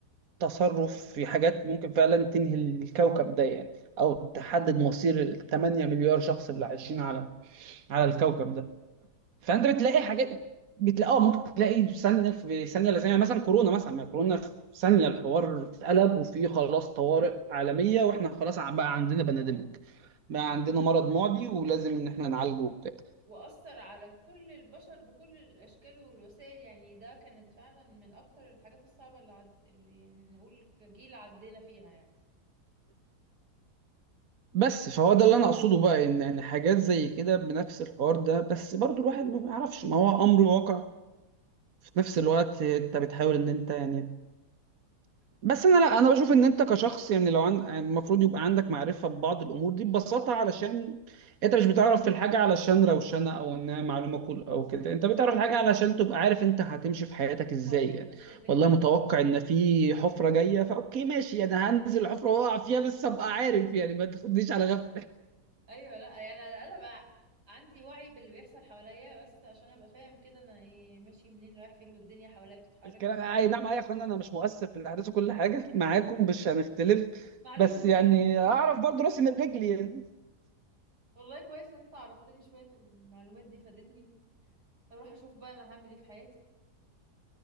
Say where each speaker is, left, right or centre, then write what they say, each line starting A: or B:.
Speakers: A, on the right; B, on the right.
A: تصرف
B: أيوة.
A: في حاجات ممكن فعلا تنهي الكوكب ده يعني او تحدد مصير ال 8 مليار شخص اللي عايشين على على الكوكب ده فانت بتلاقي حاجات بتلاقي اه ممكن تلاقي ثانيه في ثانيه لا ثانيه مثلا كورونا مثلا ما كورونا في ثانيه الحوار اتقلب وفي خلاص طوارئ عالميه واحنا خلاص بقى عندنا بانديميك
B: طبعا
A: بقى عندنا مرض معدي ولازم ان احنا نعالجه وبتاع
B: وأثر على كل البشر بكل الأشكال والوسائل يعني ده كانت فعلا من أكتر الحاجات الصعبة اللي, عد... اللي يعني نقول كجيل عدينا فيها يعني
A: بس فهو ده اللي انا اقصده بقى ان ان حاجات زي كده بنفس الحوار ده بس برضو الواحد ما بيعرفش ما هو امر واقع في نفس الوقت انت بتحاول ان انت يعني بس انا لا انا بشوف ان انت كشخص يعني لو عن... يعني المفروض يبقى عندك معرفه ببعض الامور دي ببساطه علشان انت مش بتعرف في الحاجه علشان روشنه او انها معلومه كل او كده انت بتعرف الحاجه علشان تبقى عارف انت هتمشي في حياتك ازاي
B: حواليك
A: يعني
B: ماشية ازاي
A: والله
B: انت لسه
A: متوقع
B: بتبتدي.
A: ان في حفره جايه فاوكي ماشي انا هنزل الحفره واقع فيها بس ابقى عارف يعني ما تاخدنيش على غفله
B: أيوة لا يعني على الأقل أبقى عندي وعي باللي بيحصل حواليا بس عشان أبقى فاهم كده أنا إيه ماشي منين رايح فين والدنيا حواليا
A: <laughs>
B: بتتحرك
A: الكلام
B: ازاي
A: اي نعم اي يا اخوانا انا مش مؤثر في الاحداث وكل حاجه معاكم مش هنختلف
B: معلومة
A: بس يعني
B: بس
A: اعرف برضو راسي من رجلي يعني
B: والله كويس إن أنت عرفتني شوية المعلومات دي فادتني هروح أشوف بقى أنا هعمل إيه في حياتي